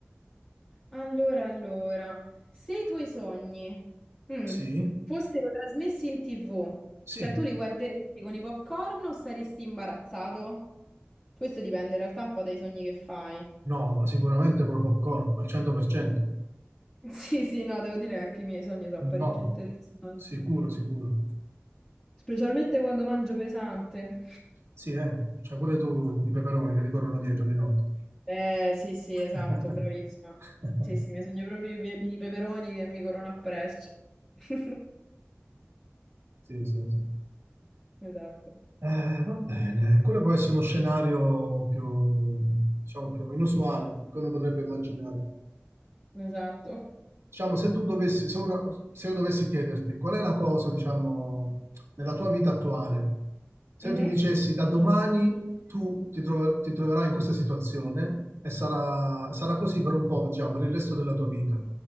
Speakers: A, on the left (about 15°); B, on the right (about 80°).
A: allora, allora, se i tuoi sogni mm,
B: Sì,
A: fossero trasmessi in TV,
B: sì.
A: cioè tu li guarderesti con i popcorn o saresti imbarazzato? Questo dipende in realtà un po' dai sogni che fai.
B: No, ma sicuramente con popcorn, al 100%.
A: Sì, sì, no, devo dire che anche i miei sogni sono parecchio
B: No,
A: interessanti.
B: sicuro, sicuro.
A: Specialmente quando mangio pesante.
B: Sì, eh, c'hai pure tu i peperoni che ti corrono dietro di notte.
A: Eh, sì, sì,
B: <laughs>
A: esatto, bravissima. Sì, sì, mi sogno proprio i, pe- i peperoni che mi corrono appresso. <laughs>
B: Sì, sì, sì.
A: Esatto,
B: Eh, va bene, quello può essere uno scenario più, diciamo, più inusuale che uno potrebbe immaginare.
A: esatto.
B: Diciamo, se tu dovessi, se, uno- se io dovessi chiederti qual è la cosa, diciamo, nella tua vita attuale, se
A: Mhm.
B: io ti dicessi da domani tu ti, tro- ti troverai in questa situazione e sarà, sarà così per un po', diciamo, per il resto della tua vita.